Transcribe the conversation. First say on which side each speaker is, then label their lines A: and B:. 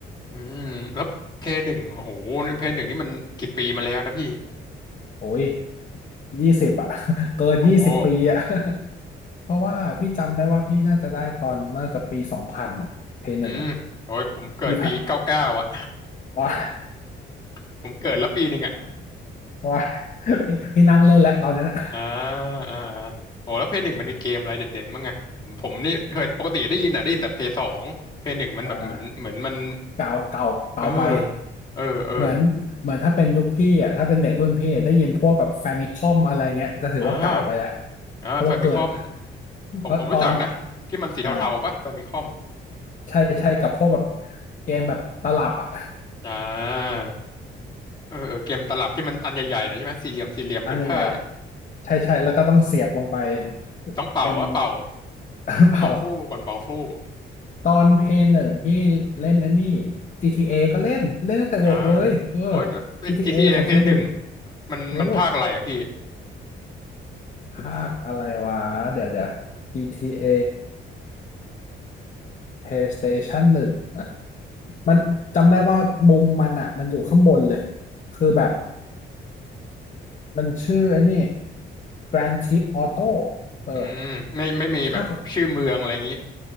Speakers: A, on the left; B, on the left.
A: อืมแล้วเพลย์หนึ่งโอ้โหเพลย์หนึ่งนี่มันกี่ปีมาแล้วนะพี่
B: <laughs> โอ้ยยี่สิบอะ <laughs> เกินยี่สิบปีอะ
A: โอ้โห
B: เพราะว่าพี่จำได้ว่าพี่น่าจะได้ตอนน่าจะปีสองพันอ่ะเพย์หนึ่งอ่ะ
A: อืมโอ้ยผมเกิดปีเก้าเก้าอ่ะ
B: ยี่ห้าว้า
A: <laughs> ผมเกิดแล้วปีหนึ่งอ่ะ
B: <laughs> ว้าพี่พี่นั่งเล่นแล้วตอนนั้นอ่ะ
A: อ่าอ่าอ่าโอ้แล้วเพย์หนึ่งมันมีเกมอะไรเด็ดๆมั้งไงผมผมนี่เคยปกติได้ยินอ่ะได้ยินแต่เพย์สองเพย์หนึ่งมันแบบเหมือนเหมือนมัน
B: อ่าเก่าเก่าเก่าไป
A: เออเออเออ
B: เหมือนเหมือนถ้าเป็นยุคพี่อ่ะถ้าเป็นเด็กรุ่นพี่ได้ยินพวกแบบแฟมิคอมอะไรเงี้ยจะถือว่าเก่าไปแล้ว
A: อ่าอ่าแฟมิคอม
B: เพราะว่าเกิด
A: ผมผมรู้จักนะที่มันสีเทาๆปะแฟมิคอม
B: เพราะตอนอ่าใช่ใช่กับพวกแบบเกมแบบตลับอ่ะ
A: อ่า เออเออเกมตลับที่มันอันใหญ่ๆหนะใช่ไหมสี่เหลี่ยมสี่เหลี่ยมผืนผ้า
B: อันใหญ่ ใช่ใช่แล้วก็ต้องเสียบลงไป
A: ต้องเป่าว่าเป่า
B: เป็น <laughs> เปล่า
A: เป่าฟู่ก่อนเป่าฟู่
B: ตอนเพย์หนึ่งพี่เล่นไอันนี้ GTA ก็เล่นเล่นตั้งแต่เด็กเลยเออ
A: นะโอ้ยแล้วไอ้
B: GTA
A: GTA
B: ของเพย์หนึ่ง
A: Play หนึ่งมันมันภาคอะไรอ่ะพี่
B: เออภาคอะไรวะเดี๋ยวเดี๋ยว GTA PlayStation หนึ่งอ่ะมันจำได้ว่ามุมมันอ่ะมันอยู่ข้างบนเลยคือแบบมันชื่อไอ้นี่ Grand Theft Auto เออ
A: อืมไม่ไม่มีแบบชื่อเมืองอะไรอย่างงี้
B: ภาค